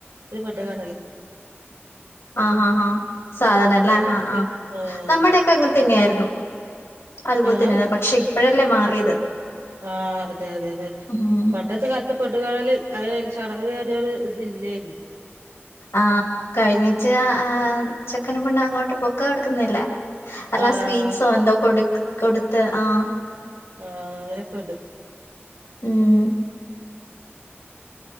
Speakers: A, on the right; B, on the left.
A: ഒരു പെണ്ണുകാണല്
B: <inaudible> ആഹ് ആഹ് ആഹ് സാധരണയല്ലേ
A: അങ്ങനെയൊക്കെ
B: ആഹ് ആഹ്
A: ആഹ്
B: നമ്മുടെയൊക്കെ അങ്ങനെതന്നെയേ ആയിരുന്നു അതുപോലെ
A: ഏഹ്
B: തന്നെയാ പക്ഷെ ഇപ്പഴല്ലേ മാറിയത്
A: ആഹ് അതെ അത അതെ
B: ഉം
A: പണ്ടത്തെ കാല ത്തെ പെണ്ണുകാണൽ അത് ചടങ് അങ്ങനൊരു ഇതില്ലായിരുന്നു
B: ആഹ് കഴിഞ്ഞിറ്റ് ആഹ് ചെക്കനും പെണ്ണും അങ്ങോട്ട് പൊക്ക കെടക്കുന്നില്ലേ അല്ലാ
A: ആഹ്
B: സ്വീറ്റ്സോ എന്തോ കൊടു കൊടുത്ത് ആഹ്
A: ആഹ് അങ്ങനെ പെടും-
B: മ് -